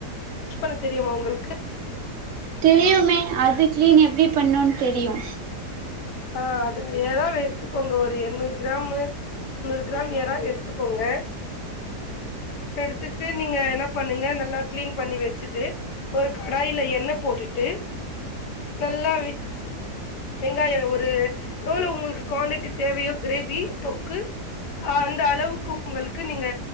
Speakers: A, on the left; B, on the right.
A: இது பண்ண தெரியுமா உங்களுக்கு
B: தெரியுமே அது கிளீன் எப்டி பண்ணோன் தெரியு
A: ஆ அது எறாவ எடுத்துக்கோங்க ஒரு எந்நூறு கிராம் முன்னூறு கிராம் எறாவ எடுத்துக்கோங்க எடுத்துட்டு நீங்க என்ன பண்ணுங்க நல்லா கிளீன் பண்ணி வச்சுட்டு ஒரு கடாயில எண்ணெ போட்டுட்டு நல்லா வெங்காய ஒரு எவ்ளோ உங்களுக்கு குவான்டிட்டி தேவயோ கிரேவி தொக்கு அந்த அளவுக்கு உங்களுக்கு நீங்க